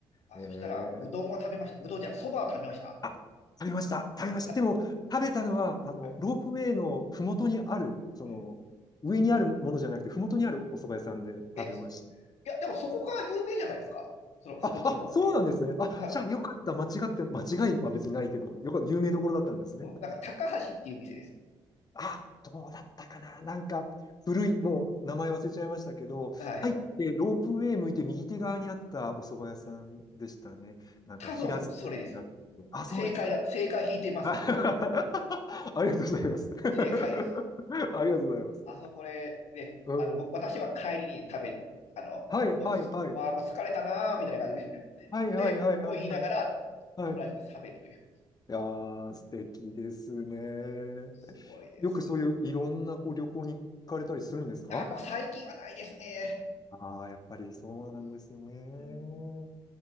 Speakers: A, on the left; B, on the left.
A: あ、
B: えー、
A: そしたら、うどんを食べました。うどんじゃない、そばを食べました。
B: あ、食べました、食べました。
A: た
B: でも、食べたのは、あの、
A: え
B: ロープウェイのふもとにある、その、
A: うん。
B: 上にあるものじゃなくて、ふもとにあるお蕎麦屋さんで食べました。
A: え、そいや、でもそこが有名じゃないですか。その、ふもとの方は。
B: あ、あ、そうなんですね。あ、
A: はい。
B: じゃあよかった。間違って、間違いは別にないけど、よかった。有名どころだったんですね。
A: うん。なんか、高橋っていう店です。
B: あ、どうだったかななんか、古い、もう名前忘れちゃいましたけど、
A: はい。
B: 入ってロープウェイ向いて右手側にあったお蕎麦屋さんでしたね。なんか平作りになって。
A: 多分、それです。
B: あ、そうですか。
A: 正解だ。正解引いてます、
B: <laughs> ありがとうございます。
A: それは。
B: <laughs>
A: 正解です。
B: ありがとうございます。
A: あそこで、ね、
B: うん。
A: あの、僕、私は帰りに食べ、あの、
B: はいはいはい。
A: もうつ、まあ、もう疲れたなーみたいな感じで。
B: はいはいはいはいはい。
A: で、もう言いながら、
B: はい。
A: 友達と食べるという。
B: いやー、素敵ですね。
A: すごいです。
B: よくそういういろんなこう旅行に行かれたりするんですか
A: いや、もう最近はないですね。
B: ああー、やっぱりそうなんですね。
A: うん、うんで